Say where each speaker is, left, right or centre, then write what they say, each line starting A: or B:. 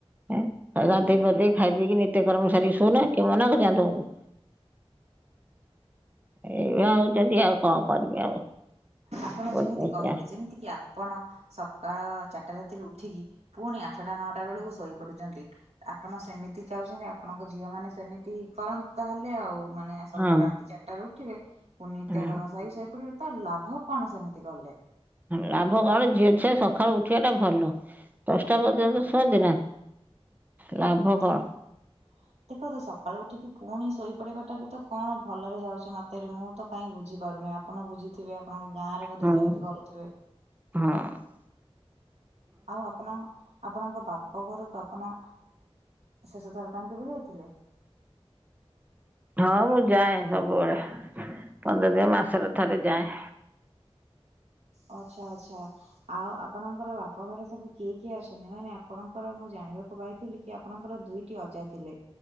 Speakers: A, on the right; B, on the right.
A: ଏଁ ଗାଧୋଇ ପାଧେଇ ଖାଇ ପିକି ନିତ୍ୟ କର୍ମସାରୀ ଶଉନା କିଏ ମନା ହଉ ଗାଦଉଛୁ। ଏଇଭଳିଆ ହଉଛନ୍ତି ଆଉ କଣ କରିବି ଆଉ?
B: ଆପଣ
A: ବଦମାସିଆ।
B: ଯେମିତି କହିଲେ ଯେମିତି କି ଆପଣ ସକାଳ ଚାରିଟା ରାତିରେ ଉଠିକି ପୁଣି ଆଠଟା ନଅଟା ବେଳକୁ ଶୋଇ ପଡୁଚନ୍ତି ଆପଣ ସେମିତି ଯାଉଛନ୍ତି ଆପଣଙ୍କ ଝିଅ ମାନେ ସେମିତି କରନ୍ତା ହେଲେ ଆଉ। ମାନେ ସକାଳ
A: ହଁ
B: ରାତି ଚାରିଟା ରୁ ଉଠିବେ ପୁଣି ନିତ୍ୟ
A: ହଁ
B: କର୍ମ ସାଇକି ଶୋଇ ପଡିବେ ତ ଲାଭ କଣ ସେମିତି କଲେ?
A: ଲାଭ କଣ ଝିଅ ଛୁଆ ସକାଳୁ ଉ ଉଠିବା ଟା ଭଲ ଦଶଟା ପର୍ଯ୍ୟନ୍ତ ଶୁଅନ୍ତି ନା। ଲାଭ କଣ?
B: ଦେଖ ଦେଖନ୍ତୁ ସକାଳୁ ଉଠିକି ପୁଣି ଶୋଇପଡ଼ିବାଟା ବି ତ କଣ ଭଲରେ ଯାଉଛି ମୋତେ ମୁଁ ତ କାହିଁ ବୁଝିପାରୁନି ଆ ଆପଣ ବୁଝିଥିବେ ଆପଣଙ୍କ ଗାଁ ରେ ବୋଧେ
A: ହଁ
B: ସେମିତି କରୁଥିବେ।
A: ହଁ
B: ଆଉ ଆପଣ ଆପଣଙ୍କ ବାପ ଘରକୁ ଆପଣ ଶେଷ ଥର ପାଇଁ କେବେ ଯାଇଥିଲେ? <unintelligible>
A: ହଁ ମୁଁ ଯାଏ ସବୁବେଳେ ପନ୍ଦର ଦିନି ମାସରେ ଥରେ ଯାଏ।
B: ଅଚ୍ଛା ଅଚ୍ଛା ଆଉ ଆପଣଙ୍କର ବାପ ଘରେ ସବୁ କିଏ କିଏ ଅଛନ୍ତି? ମାନେ ଆପଣଙ୍କର ମୁଁ ଜାଣିବାକୁ ପାଇଥିଲି କି ଆପଣଙ୍କର ଦୁଇଟି ଅଜା ଥିଲେ।